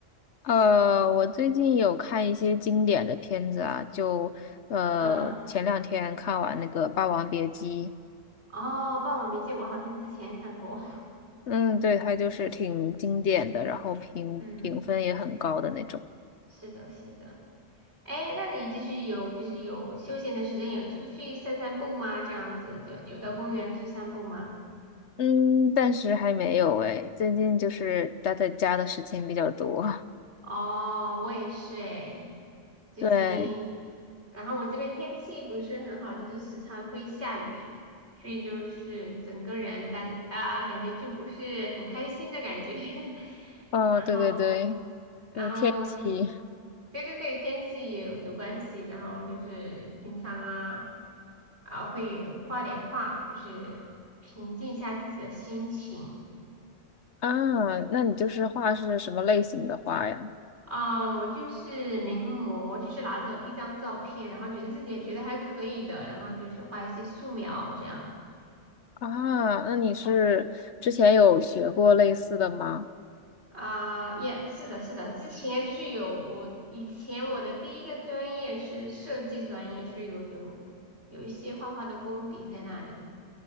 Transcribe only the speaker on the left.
呃，我最近有看一些经典的片子啊，就呃前两天看完那个《霸王别姬》，
嗯，对，它就是挺经典的，然后评评分也很高的那种。
嗯，暂时还没有诶，最近就是待在家的时间比较多。
<laughs> 对，
哦，
对对对，
就是天气
啊，那你就是画是什么类型的画呀？
啊，那你是之前有学过类似的吗？